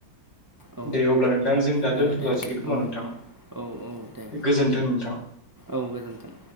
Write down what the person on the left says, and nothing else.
दे अब्ला नोंथांजों दा
दोनथ'
जाासिगोन
खोमा
नोंथां।
गोजोन्थों नोंथां